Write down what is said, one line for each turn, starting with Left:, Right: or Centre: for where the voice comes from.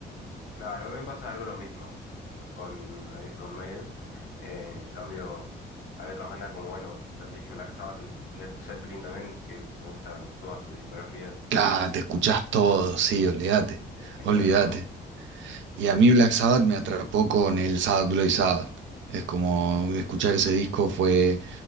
Left: Claro, me pasa algo lo mismo pues, con, eh, con Maiden. Eh, en cambio, hay otras bandas como, bueno, ya te dije Black Sabbath, Led Zeppelin también, que me gustan todas sus discografías.
Right: Claro, te escuchás todo,
Left: Sí,
Right: sí, olvídate,
Left: es genial
Right: olvídate.
Left: todo.
Right: Y a mí Black Sabbath me atrapó con el Sabbath Bloody Sabbath. Es como escuchar ese disco fue